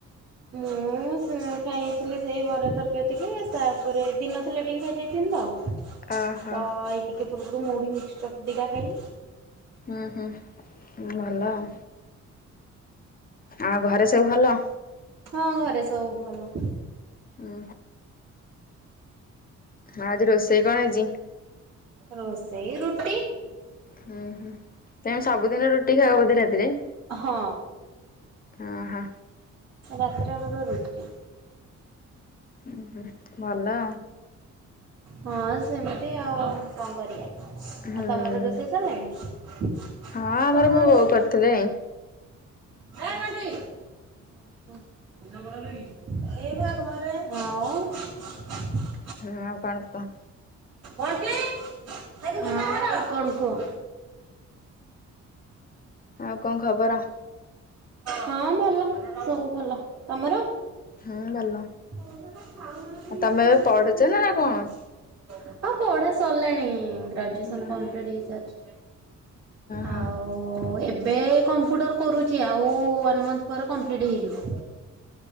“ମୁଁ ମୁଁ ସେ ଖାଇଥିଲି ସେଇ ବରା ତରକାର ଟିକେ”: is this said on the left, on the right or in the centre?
Right